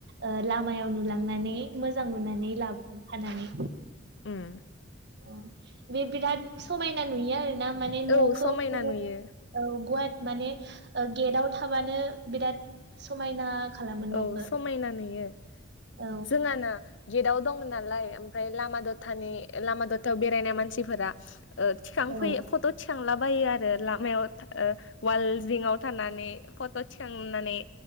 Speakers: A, on the right; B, on the left.
A: ओ लामायाव नुलांनानै मोजां नुनानै लाबोदों खानानै
B: ओम
A: अ बे बिराद समायना नुयो आरो दा माने न'खौ
B: औ समायना
A: <unintelligible>
B: नुयो
A: औ गवाथ माने ओ गेदाव थाबानो बिराद समायना खालामो
B: औ
A: न'खौ
B: समायना नुयो।
A: औ
B: जोंहा ना गेदाव दं नालाय ओमफ्राय लामा दथानि लामा दथायाव बेरायनाय मानसिफोरा ओ थिखांफैयो
A: औ
B: फट' थिखांला बाय आरो लामायाव ओ अवालजिंआव थानानै फट' थिखांनानै